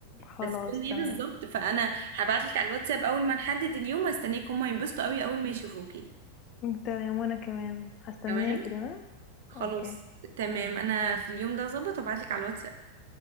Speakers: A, on the left; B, on the right.
A: خلاص
B: بس يوم ايه
A: تمام
B: بالظبط فانا هبعتلك على الواتساب اول ما نحدد اليوم واستناك هما ينبسطوا قوي اول ما يشوفوكي
A: تمام وانا كمان هستناكي
B: تمام
A: تمام
B: خلاص
A: اوكي
B: تمام انا في اليوم ده ظبط وابعتلك على الواتساب